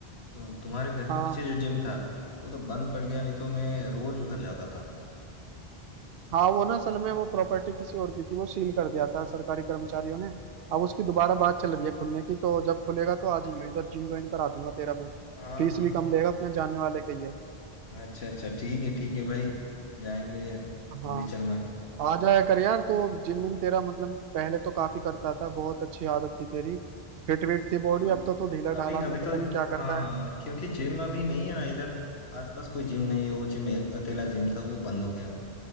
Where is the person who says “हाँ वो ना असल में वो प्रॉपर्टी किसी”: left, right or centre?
Right